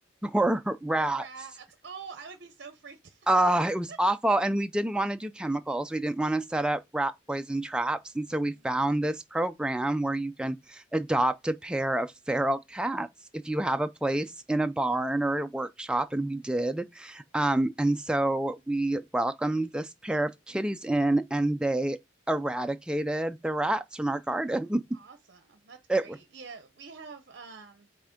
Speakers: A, in the centre; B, on the right (about 55°).
A: for <laughs> rats
B: For rats. Oh, I would be so freaked
A: uh,
B: <laughs> out.
A: it was awful. And we didn't want to do chemicals. We didn't want to set up rat poison traps. And so we
B: Mhm.
A: found this program where you can adopt a pair of feral cats if you have a place in a barn or a workshop. And we did. Um, and so we welcomed this pair of kitties in and they eradicated the rats from our garden. <laughs>
B: Awesome. That's great.
A: It, wa-
B: Yeah, we have um